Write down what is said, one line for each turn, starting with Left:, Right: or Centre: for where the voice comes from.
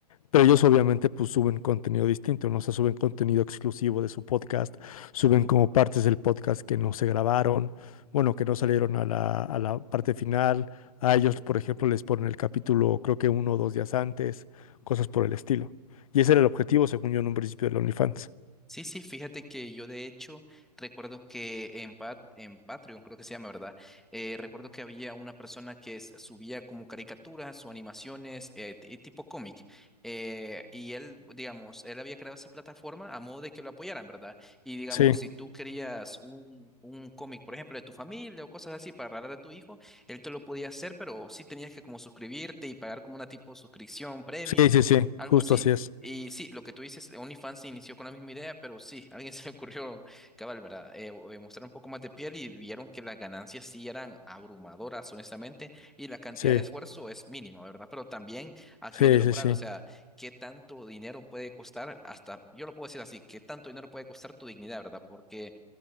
Left: Pero ellos obviamente pues suben contenido distinto, ¿no? O sea, suben contenido exclusivo de su podcast, suben como partes del podcast que no se grabaron, bueno, que no salieron a la, a la parte final. A ellos, por ejemplo, les ponen el capítulo creo que uno o dos días antes, cosas por el estilo. Y ese era el objetivo, según yo, en un principio del OnlyFans.
Centre: Sí, sí, fíjate que yo de hecho recuerdo que en, Pat- en Patreon, creo que se llama, ¿verdad? Eh, recuerdo que había una persona que s- subía como caricaturas o animaciones eh, t- tipo cómic. eh, y él, digamos, él había creado esa plataforma a modo de que lo apoyaran, ¿verdad? Y digamos,
Left: Sí,
Centre: si tú querías un, un cómic, por ejemplo, de tu familia o cosas así para regalar a tu hijo, él te lo podía hacer, pero sí tenías que como suscribirte y pagar como una tipo suscripción premium,
Left: sí, sí, sí,
Centre: algo
Left: justo
Centre: así.
Left: así es.
Centre: Y sí, lo que tú dices, eh, OnlyFans se inició con la misma idea, pero sí, <laughs> a alguien se le ocurrió, cabal, ¿verdad? Eh, o- eh, mostrar un poco más de piel y vieron que las ganancias sí eran abrumadoras, honestamente, y la cantidad
Left: Sí,
Centre: de esfuerzo es mínima, ¿verdad? Pero también aquí
Left: sí,
Centre: viene la
Left: sí,
Centre: moral,
Left: sí.
Centre: o sea, ¿qué tanto dinero puede costar hasta, yo lo puedo decir así, ¿qué tanto dinero puede costar tu dignidad, ¿verdad? Porque